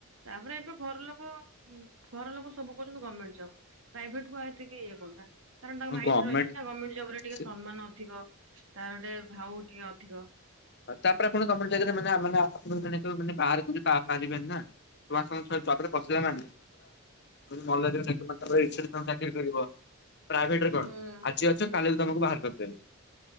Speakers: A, on the right; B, on the left.
A: ତାପରେ ଏବେ ଘର ଲୋକ ଘର ଲୋକ ସବୁ କରୁଛନ୍ତି, ଗଭର୍ଣ୍ଣମେଣ୍ଟ ଜବ୍ ପ୍ରାଇଭେଟ କୁ ଆ ଏତିକି ଇଏ କରୁନାହାନ୍ତି। କାରଣ ତାଙ୍କ ମାଇଣ୍ଡରେ
B: ଗଭର୍ଣ୍ଣମେଣ୍ଟ
A: ରହିଛି ନା ଗର୍ଣ୍ଣେଣ୍ଟ ଜବ ଟିକେ
B: ସେ
A: ସମ୍ମାନ ଅଧିକ। ତାର ଗୋଟେ ଭାଉ ଅଧିକ ଟିକେ।
B: ହଁ ତପେ କଣ କମ୍ପ ଜାଗା ମାନେ। ାନେ ଆପଣ ମାନେ ତ ମାନେ ବାହାର କରିପାରିବେ ନା ତ। ଚରେ ପଶିଲା ମା ଭଲ <inaudible> ତା ର ତଙ୍କୁ ଚାକିରି କରିବ। ପ୍ରାଇଭେଟରେ
A: ହୁଁ।
B: କଣ ଆଜି ଅଛ କାଲି। ତମକୁ ବାହାର କରିଦେବ୍।